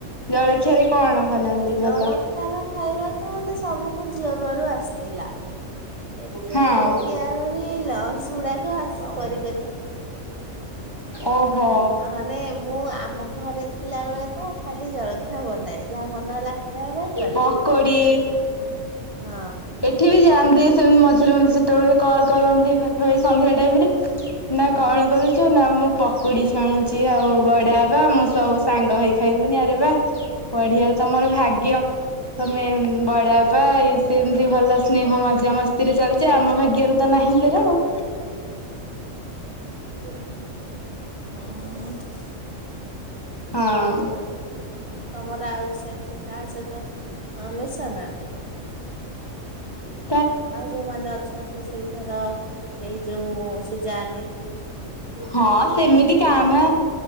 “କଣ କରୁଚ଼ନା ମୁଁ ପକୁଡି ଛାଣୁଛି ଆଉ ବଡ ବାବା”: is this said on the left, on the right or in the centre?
Left